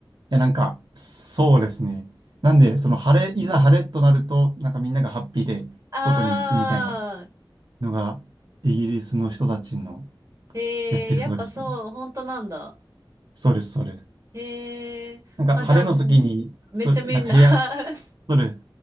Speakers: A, on the right (about 60°); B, on the right (about 40°).
A: や、なんか、そうですね。なんで、その晴れ、いざ晴れとなると、なんかみんながハッピーで外に行くみたいな
B: <laughs> あ
A: のが、イギリスの人たちの
B: ー、へえ、
A: やってることですね。
B: やっぱそう、本当なんだ。
A: そうです、そうです。
B: へえ、
A: なんか晴れの時に、
B: まあじゃあもう、
A: そ、
B: めっちゃみんな
A: なんか部屋、
B: <laughs>
A: そうです。